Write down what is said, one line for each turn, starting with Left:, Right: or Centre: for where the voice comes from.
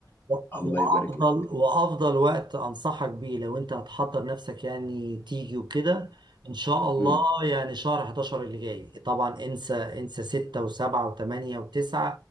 Right: وافضل
Left: الله يبارك لك
Right: وافضل وقت انصحك بيه لو انت هتحضر نفسك يعني تيجي وكده ان شاء الله
Left: امم
Right: يعني شهر 11 اللي جاي طبعا انسى انسى 6 و7 و8 و9